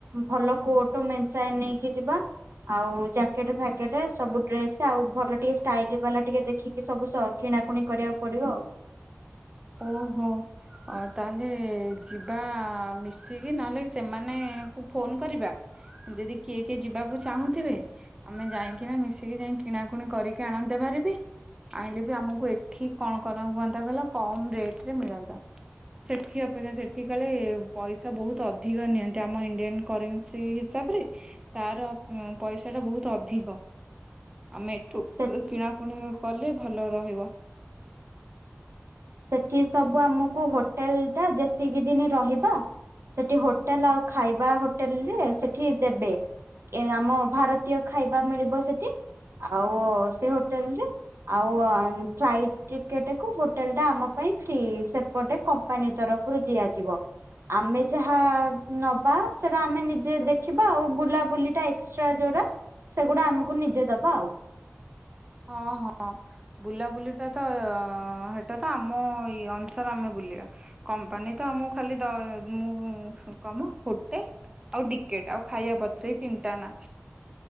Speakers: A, on the right (about 70°); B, on the right (about 20°).
A: ଭଲ କୋଟ୍ ମେଞ୍ଚାଏ ନେଇକି ଯିବା। ଆଉ ଜ୍ୟାକେଟ୍ ଫ୍ୟାକେଟ୍ ସବୁ ଡ୍ରେସ୍ ଆଉ ଭଲ ଟିକେ ଷ୍ଟାଇଲ ବାଲା ଟିକେ ଦେଖିକି ସବୁ ସ କିଣାକୁଣି କରିବାକୁ ପଡିବ ଆଉ।
B: ଓହୋ। ଅ ତାହେଲେ ଯିବା ମିଶିକି ନହେଲେ ସେମାନ ଙ୍କୁ ଫୋନ୍ କରିବା। ଯଦି କିଏ କିଏ ଯିବାକୁ ଚାହୁଁଥିବେ ଆମେ ଯାଇକି ନା ମିଶିକି ଯାଇ କିଣାକୁଣି କରିକି ଆଣନ୍ତେ ଭାରିବି। ଆଇଁଲେ ବି ଆମକୁ ଏଠି କଣ କରା ହୁଅନ୍ତା କହିଲ କମ୍ ରେଟରେ ମିଳନ୍ତା। ସେଠି ଅପେକ୍ଷା ସେଠି କାଳେ ପଇଷା ବୋହୁତ ଅଧିକ ନିଅନ୍ତି। ଆମ ଇଣ୍ଡିଆନ୍ କରେସିଂ ହିସାବରେ ତାର ଉଁ ପଇଷାଟା ବୋହୁତ ଅଧିକ। ଆମେ ଠୁ
A: ସେ
B: କିଣାକୁଣି କଲେ ଭଲ ରହିବ।
A: ସେଠି ସବୁ ଆମକୁ ହୋଟେଲ ଟା ଯେତିକି ଦିନି ରହିବା। ସେଠି ହୋଟେଲ ଆଉ ଖାଇବା ହୋଟେଲରେ ସେଠି ଦେବେ। ଏ ଆମ ଭାରତୀୟ ଖାଇବା ମିଳିବ ସେଠି। ଆଉ ସେ ହୋଟେଲରେ ଆଉ ଆଁ ଫ୍ଲାଇଟ୍ ଟିକେଟ୍ କୁ ହୋ ହୋଟେଲଟା ଆମ ପାଇଁ ଫ୍ରି। ସେପଟେ କମ୍ପାନୀ ତରଫରୁ ଦିଆଯିବ। ଆମେ ଯାହା ନବା ସେଟା ଆମେ ନିଜେ ଦେ ଦେଖିବା ଆଉ ବୁଲାବୁଲି ଟା ଏକ୍ସଟ୍ରା ଯୋଉଟା ସେଗୁଡା ଆମକୁ ନିଜେ ଦବା ଆଉ।
B: ହଁ ହଁ। ବୁଲାବୁଲିଟା ତ ଅ ହେଟା ତ ଆମ ଏଇ ଅନୁସାରେ ଆମେ ବୁଲିବା। କମ୍ପାନୀ ତ ଆମକୁ ଖାଲି ଦ ମୁଁ ହୁଁ କମ ହୋଟେ ଆଉ ଡିକେଟ୍ ଆଉ ଖାଇବା ପତ୍ର ଏଇ ତିନିଟା ନା